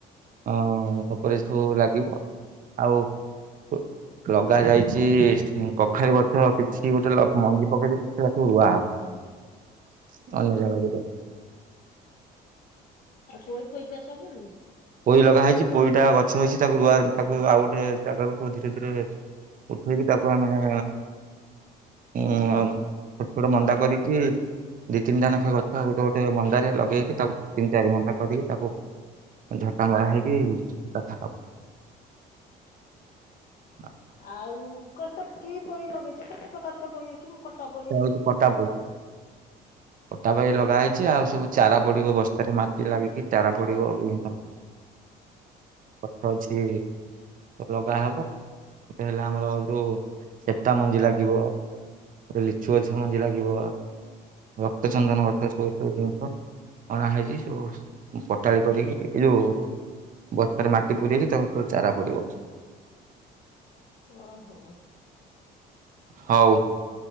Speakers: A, on the right; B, on the left.
A: ହଁ ଏପରି ସବୁ ଲାଗିବ ଆଉ ଓ ଲଗା ଯାଇଛି ସି କଖାରୁ ଗଛ କିଛି ଗୋଟେ ଲକ ମଞ୍ଜି ପକେଇଦେଇଚି ସେରା ସବୁ ରୁଆ ହବ। ଅନ୍ୟ ଜାଗା <unintelligible>
B: ଆଉ ପୋଇ ଫୋଇ ଚାଷ ହଉନି
A: ପୋଇ ଲଗା ହେଇଛି ପୋଇଟା ଗଛ ହେଇଛି ତାକୁ ରୁଆ ତାକୁ ଆଉ ଗୋଟେ ଜାଗାକୁ ସବୁ ଧୀରେ ଧୀରେ ଉଠେଇକି ତାକୁ ଆମେ ଏ ଉଁ ଆଉ ଛୋଟ ଛୋଟ ମଣ୍ଡା କରିକି ଦି ତିନିଟା ନାଖେ ଗଛ ଗୋଟେ ଗୋଟେ ମଣ୍ଡାରେ ଲଗେଇକି ତାକୁ ତିନି ଚାରି ମଣ୍ଡା କରିକି ତାକୁ ଝଟା ମରା ହେଇକି ତା <unintelligible>
B: ଆଉ କତେପ କି ପୋଇ ଲଗେଇଛ କେତେ ପ୍ରକାର ତ ପୋଇ ଅଛି କଟା ପୋଇ
A: ହଉଛି
B: ଅଛି
A: କଟା ପଡି କଟା ପୋଇ ଲଗା ହେଇଛି ଆଉ ସବୁ ଚାରା ପଡିବ ବସ୍ତାରେ ମାଟି ଲାଗିକି ଚାରା ପଡିବ <unintelligible> ହଁ <unintelligible> ଅଛି ଅଲଗା ହବ ଗୋଟେ ହେଲା ଆମର ଯୋଉ ସେପଟା ମଞ୍ଜି ଲାଗିବ। ଗୋଟେ ଲିଚୁ ଗଛ ମଞ୍ଜି ଲାଗିବ ରକ୍ତ ଚନ୍ଦନ ଗଛ ସବୁ ସବୁ ଜିନିଷ ଅଣା ହେଇଛି ସବୁ ପଟାଳି କରିକି ଏଇ ଯୋଉ ବସ୍ତାରେ ମାଟି ପୁରେଇକି ତାକୁ ସବୁ ଚାରା ପଡିବ।
B: ଓହୋ।
A: ହଉ